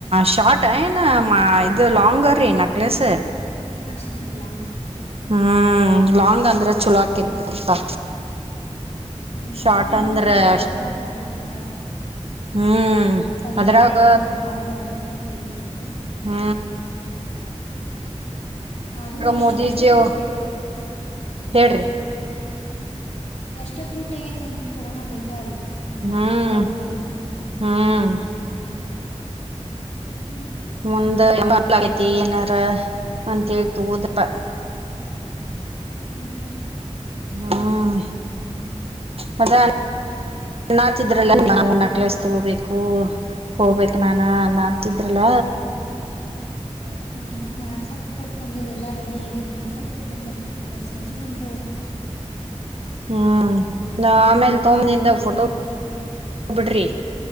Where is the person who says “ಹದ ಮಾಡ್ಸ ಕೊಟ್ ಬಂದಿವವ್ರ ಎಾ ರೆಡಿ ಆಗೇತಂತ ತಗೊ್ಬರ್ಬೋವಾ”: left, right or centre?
Left